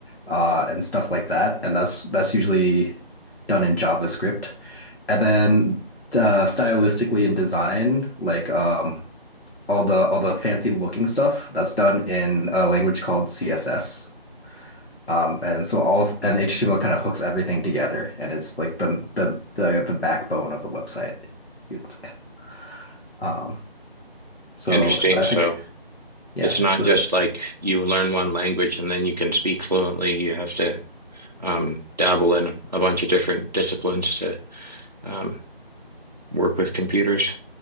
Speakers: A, on the left; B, on the right.
A: uh, and stuff like that. And that's that's usually done in JavaScript. And then uh, stylistically in design, like um, all the all the fancy looking stuff, that's done in a language called CSS. Um, and so all of, and HTML kind of hooks everything together, and it's like the the the the backbone of the website, you'd say. Um, so
B: Interesting.
A: I
B: So
A: think yeah,
B: it's not
A: it's a
B: just like you learn one language and then you can speak fluently. You have to um, dabble in a bunch of different disciplines to um, work with computers.